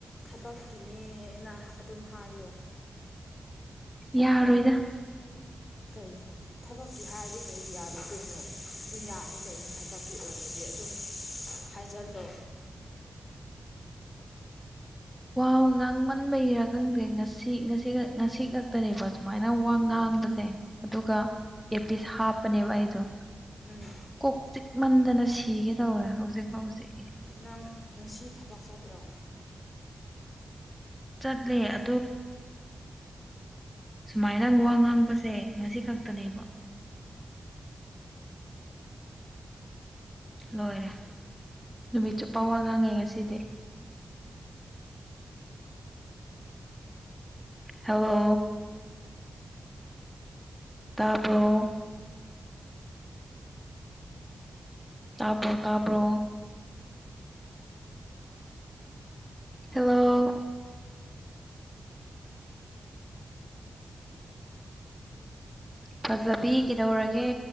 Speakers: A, on the left (about 45°); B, in the centre.
A: ꯊꯕꯛꯀꯤꯅꯦꯅ ꯑꯗꯨꯝ ꯍꯥꯏꯌꯣ
B: ꯌꯥꯔꯣꯏꯗ
A: ꯀꯔꯤ ꯊꯕꯛꯀꯤ ꯍꯥꯏꯔꯗꯤ ꯀꯩ ꯌꯥꯔꯣꯏꯗꯣꯏꯅꯣ ꯑꯗꯨꯝ ꯌꯥꯅꯤ ꯀꯩꯅꯣ ꯊꯕꯛꯀꯤ ꯑꯣꯏꯕꯗꯤ ꯑꯗꯨꯝ ꯍꯥꯏꯖꯤꯜꯂꯣ
B: ꯑ ꯋꯥ ꯉꯥꯡꯃꯟꯕꯒꯤꯔꯥ ꯈꯪꯗꯦ ꯉꯁꯤ ꯉꯁꯤ ꯉꯁꯤ ꯈꯛꯇꯅꯦꯕꯣ ꯁꯨꯃꯥꯏꯅ ꯋꯥ ꯉꯥꯡ ꯈꯪꯕꯁꯦ ꯑꯗꯨꯒ ꯑꯦ ꯄꯤꯁ ꯍꯥꯞꯄꯅꯦꯕ ꯑꯩꯗꯣ
A: ꯎꯝ
B: ꯀꯣꯛ ꯆꯤꯛꯃꯟꯗꯅ ꯁꯤꯒꯦ ꯇꯧꯔꯦ ꯍꯧꯖꯤꯛ ꯐꯥꯎꯖꯤꯛ
A: ꯅꯪ ꯉꯁꯤ ꯊꯕꯛ ꯆꯠꯇ꯭ꯔꯣ
B: ꯆꯠꯂꯦ ꯑ ꯁꯨꯃꯥꯏꯅ ꯋꯥ ꯉꯥꯡꯕꯁꯦ ꯉꯁꯤ ꯈꯛꯇꯅꯦꯕ <unintelligible> ꯂꯣꯏꯔꯦ ꯅꯨꯃꯤꯠ ꯆꯨꯞꯄ ꯋꯥ ꯉꯥꯡꯉꯦ ꯉꯁꯤꯗꯤ ꯍꯂꯣ ꯇꯔꯕ꯭ꯔꯣ ꯇꯥꯕ꯭ꯔꯣ ꯇꯥꯕ꯭ꯔꯣ ꯍꯜꯂꯣ ꯐꯖꯕꯤ ꯀꯩꯗꯧꯔꯒꯦ